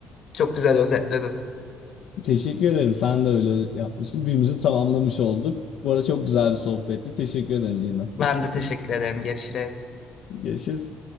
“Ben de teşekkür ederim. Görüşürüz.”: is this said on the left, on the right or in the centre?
Left